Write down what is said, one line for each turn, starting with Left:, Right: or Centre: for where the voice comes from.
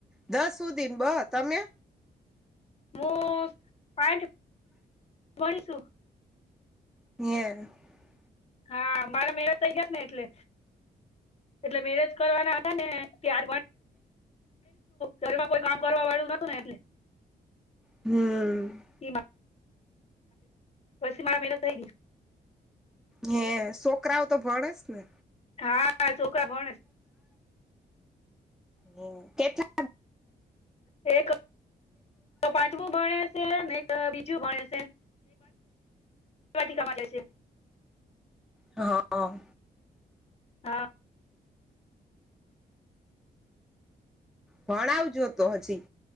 Centre: દસ સુધી ને બ તમે
Left: મું પાચ ગણશું.
Centre: <unintelligible>
Left: હા મારા મેરેજ થઈ ગયા ને એટલે એટલે મેરેજ કરવાના હતા ને. ત્યારબું ઘરમાં કોઈ કામ કરવા વાળું નોતું ને એટલે.
Centre: હમ્મ
Left: ઈ પછી મારા મેળ થઈ.
Centre: હ્યાં છોકરાઓ તો ભણેસ ને.
Left: હા ચોખા ભણ.
Centre: હમ્મ કેટલા.
Left: એક. તો પાચવું ભણે છે નહી તો બીજું ભણે છે ન વાટીકા માટે જય સે.
Centre: હ હ.
Left: હા
Centre: ભણાવજો તો હજી